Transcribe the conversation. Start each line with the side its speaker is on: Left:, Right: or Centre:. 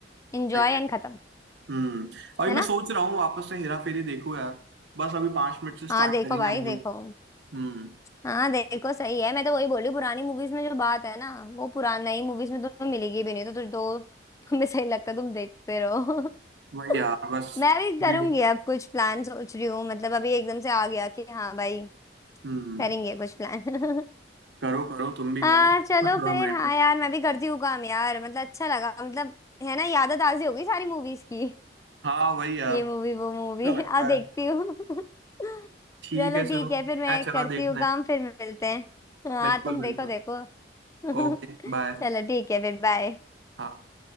Left: एंजॉय
Right: सही है
Left: एंड खत्म
Right: हम्म अभी
Left: है
Right: मैं
Left: ना
Right: सोच रहा हूँ वापस से हेरा फेरी देखो यार बस अभी पांच मिनट से स्टार्ट
Left: हाँ देखो
Right: करेंगे
Left: भाई
Right: हम
Left: देखो
Right: लोग हम्म
Left: हाँ देखो सही है मैं तो वही बोली पुरानी मूवीज में जो बात है ना वो पुरानी नई मूवीज में तुम्हें मिलेगी भी नहीं तो तुझ दो तुम्हें सही लगता है, तुम देखते रहो
Right: वही
Left: <laughs>
Right: यार बस
Left: मैं भी करूंगी
Right: देख
Left: अब कुछ प्लान सोच रही हूँ मतलब अभी एकदम से आ गया कि हाँ भाई
Right: हम्म
Left: करेंगे कुछ प्लान <laughs>
Right: करो करो तुम भी
Left: हाँ
Right: करो अपना
Left: चलो
Right: थोड़ा
Left: फिर
Right: माइंड
Left: हाँ यार मैं भी करती हूँ काम यार मतलब अच्छा लगा मतलब है ना यादें ताज़ी हो गई सारी मूवीज की
Right: हाँ वही यार
Left: ये मूवी वो मूवी
Right: अच्छा लगता
Left: <laughs> अब देखती
Right: है
Left: हूँ <laughs>
Right: ठीक
Left: चलो
Right: है
Left: ठीक
Right: चलो
Left: है फिर मैं
Right: मैं चला
Left: करती
Right: देखना
Left: हूँ काम
Right: है
Left: फिर मिलते हैं हाँ
Right: बिल्कुल
Left: तुम देखो
Right: बिल्कुल
Left: देखो <laughs>
Right: Okay bye
Left: चलो ठीक है फिर बाय
Right: हाँ